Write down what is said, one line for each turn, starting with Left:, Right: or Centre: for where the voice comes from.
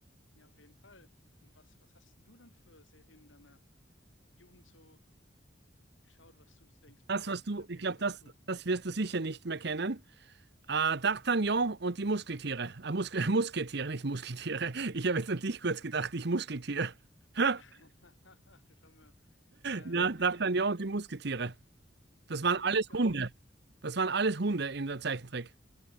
Left: Ja, auf jeden Fall. Und was, was hast denn du dann für Serien deiner Jugend so geschaut, was du denkst, boah,
Right: das, was
Left: das
Right: du,
Left: war auf
Right: ich
Left: jeden
Right: glaube,
Left: Fall
Right: das,
Left: cool.
Right: das wirst du sicher nicht mehr kennen. Äh, D'Artagnan und die Muskeltiere. Äh, Muskel, <laughs> Musketiere, nicht Muskeltiere. Ich habe jetzt an dich kurz gedacht, ich Muskeltier. <laughs>
Left: <laughs> Du schau mir. Äh,
Right: Ja,
Left: nee,
Right: D'Artagnan
Left: sag, mir-
Right: und die Musketiere. Das
Left: sag
Right: waren
Left: mir
Right: alles
Left: echt gar
Right: Hunde.
Left: nichts.
Right: Das waren alles Hunde in der Zeichentrick.